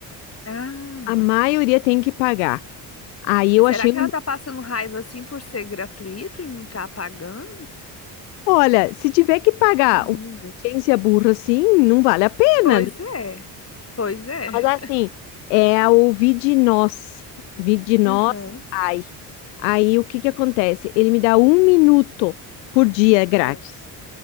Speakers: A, on the left; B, on the left.
A: Ah.
B: A maioria tem que pagar. Aí eu
A: E será
B: achei
A: que
B: um
A: ela tá passando raiva assim por ser gratuito e não tá pagando?
B: Olha, se tiver que pagar
A: Menina.
B: uma agência burra assim, não vale a pena.
A: Pois
B: né?
A: é, pois é.
B: Mas assim, é o Vidinós. Vidinós,
A: Aham.
B: ai. Aí o que que acontece? Ele me dá um minuto por dia grátis.
A: Ah.